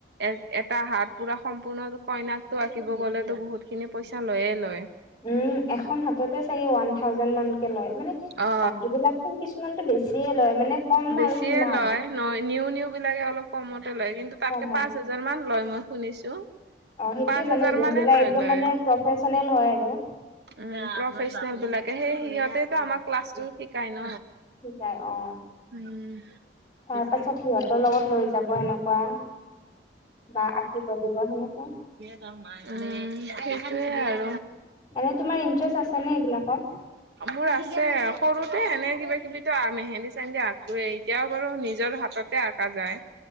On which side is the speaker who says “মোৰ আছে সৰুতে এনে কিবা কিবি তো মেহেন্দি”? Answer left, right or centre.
Right